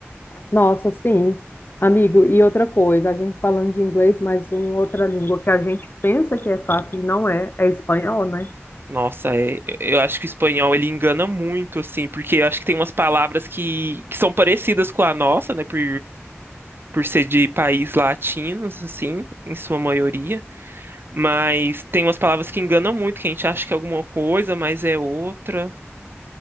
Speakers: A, on the left; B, on the right.
A: Nossa, sim, amigo. E outra coisa, a gente falando de inglês, mas uma outra língua que a gente pensa que é fácil e não é, é espanhol, né?
B: Nossa, é- eu acho que o espanhol ele engana muito, assim, porque eu acho que tem umas palavras que, que são parecidas com a nossa, né, por, por ser de país latinos, assim, em sua maioria. Mas tem umas palavras que enganam muito, que a gente acha que é alguma coisa, mas é outra.